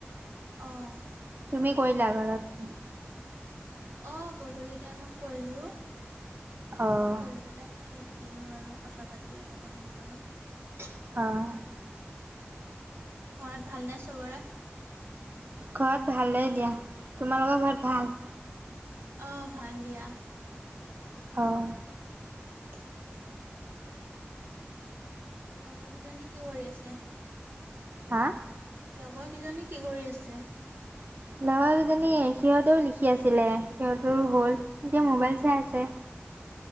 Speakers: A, on the right; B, on the right.
A: অ'
B: তুমি কৰিলা ঘৰত।
A: অ' গধূলি টাইমত কৰিলোঁ তাৰপিছত
B: অঁ
A: কৰি পেলাইহে লিখ- -খিলোঁ আৰু কথা পাতি অলপ আম্মাৰ লগত
B: অ'
A: ঘৰত ভালনে চবৰে।
B: ঘৰত ভালেই দিয়া তোমালোকৰ ঘৰত ভাল।
A: অ' ভাল দিয়া
B: অ'
A: <inaudible> লগৰ কেইজনী কি কৰি আছে
B: হা।
A: লগৰকেইজনী কি কৰি আছে।
B: লগৰা কেইজনী সিহঁতেও লিখি আছিলে সিহঁতৰো হ'ল এতিয়া মোবাইল চাই আছে।